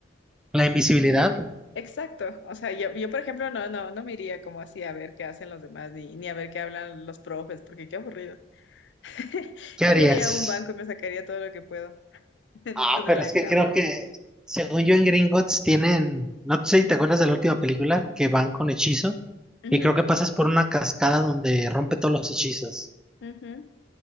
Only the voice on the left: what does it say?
Exacto. O sea, yo, yo por ejemplo no, no, no me iría como así a ver qué hacen los demás ni, ni a ver qué hablan los profes, porque qué aburrido. <laughs>
Yo
me iría a un banco y me sacaría todo lo que puedo <laughs> dentro
de
la
capa.
Ujú,
ujú.